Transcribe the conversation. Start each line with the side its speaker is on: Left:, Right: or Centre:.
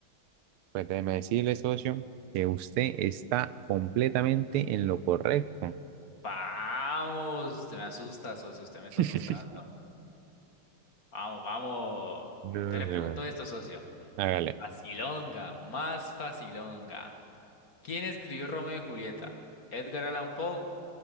Right: Pues déjeme decirle, socio, que usted está completamente en lo correcto.
Left: Vamos, usted me asusta, socio. Usted me está
Right: <laughs>
Left: asustando. Vamos, vamos.
Right: No,
Left: Entonces le
Right: no,
Left: pregunto esto, socio.
Right: hágale.
Left: Facilonga, más facilonga. ¿Quién escribió Romeo y Julieta? Edgar Allan Poe,